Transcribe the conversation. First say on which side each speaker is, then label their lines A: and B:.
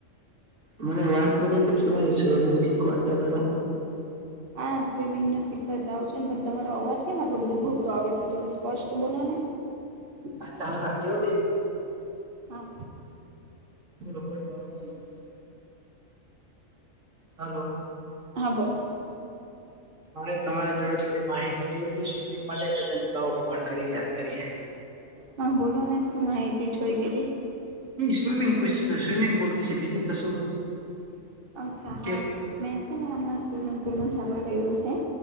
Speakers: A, on the right; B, on the right.
A: મને વાત મળી તી કે તમે સ્વિમિંગ શીખવાડતા પેલા!
B: હા સ્વિમિંગને શીખવા જાવ છુ ને પણ, તમારો અવાજ કેમ આટલો બધો ઘોઘરો આવે છે? થોડું સ્પષ્ટ બોલો ને!
A: હ ચાલુ રાખજે હો બેન!
B: હા
A: એલો <inaudible> હલો.
B: હા બોલો!
A: મરે તમારા જોડે થોડી માહિતી લેવી હતી. સ્વિમિંગ માટે એટલે મને થયું ફોન કરી યાદ કરીએ.
B: હા બોલો ને શું માહિતી જોઈતી હતી?
A: સ્વિમિંગ તો સ્વિમિંગ પુલ છે બીજી તો શું?
B: અચ્છા હા
A: કે
B: મેં છે, ને હમણાં સ્વિમિંગ પુલનું ચાલુ કર્યું છે.